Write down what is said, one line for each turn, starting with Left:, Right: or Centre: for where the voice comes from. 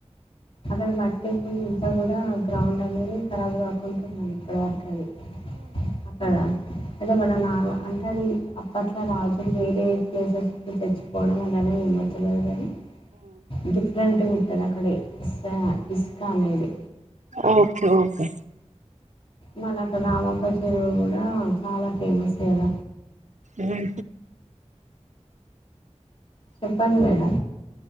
Left: అక్కడ మట్టికి ఇంత కూడా గ్రాండ్ అనేది ఖరాబ్ కాకుంటున్నది ఇప్పటి వరకు అది అక్కడా అదే మన నార్మ అంటే అది అప్పట్లో రాజులు వేరే ప్లేసెస్ తెచ్చిపోవడం వల్లనే ఏమో తెలియదు కానీ డిఫరెంట్గా ఉంటుంది అక్క <unintelligible> ఇస్కాన్ ఇది
Right: ఓకే ఓకే
Left: మళ్ళ అక్కడా రామప్ప చెరువు కూడా చాలా ఫేమస్ కద
Right: ఉహు
Left: చెప్పండి మేడం